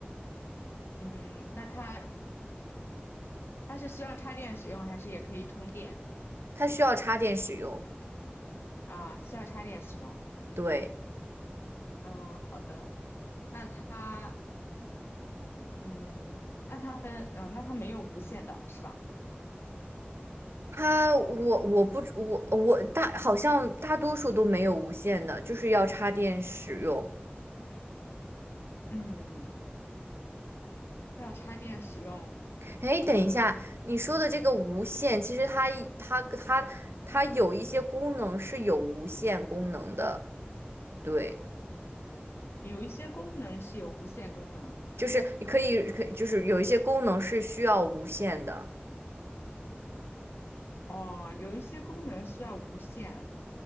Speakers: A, on the left; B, on the right.
A: 嗯，那它。它是需要插电使用，还是也可以充电
B: 它需要插电使用，
A: 啊？需要插电使用。
B: 对。
A: 嗯，好的。那它，嗯，那它分，嗯、那它没有无线的是吧？
B: 它我我不知我我大好像大多数都没有无线的，就是要插电使用。
A: 嗯，要插电使用。
B: 哎，等一下，
A: 嗯，
B: 你说的这个无线，其实它一它它它有一些功能是有无线功能的，对，
A: 有一些功能是有无线功能。
B: 就是你可以可以就是有一些功能是需要无线的，
A: 哦，有一些功能需要无线，